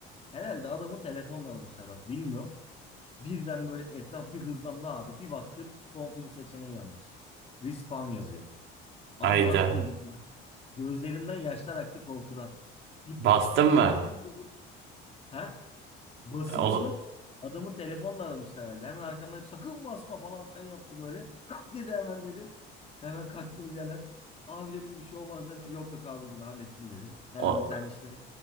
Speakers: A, on the left (about 30°); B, on the right (about 70°).
A: Herhalde adamı telefonla aramışlar bak bilmiyorum. Birden böyle etraf bir hızlandı abi. Bir baktım film seçeneği yanmış. Respawn yazıyor. Allah
B: Hayda.
A: dedim. Gözlerimden yaşlar aktı korkudan. Gittim
B: Bastın
A: abi
B: mı?
A: abi dedi. He? Basıyordum.
B: O,
A: Adamı telefonla aramışlar herhalde. Hemen arkamdan sakın basma falan filan yaptı böyle. Kalk dedi hemen dedi. Hemen kalktım birader. Abi dedim bir şey olmaz deme. Yok yok abicim hallettim dedi. Hemen
B: o,
A: bir tane işte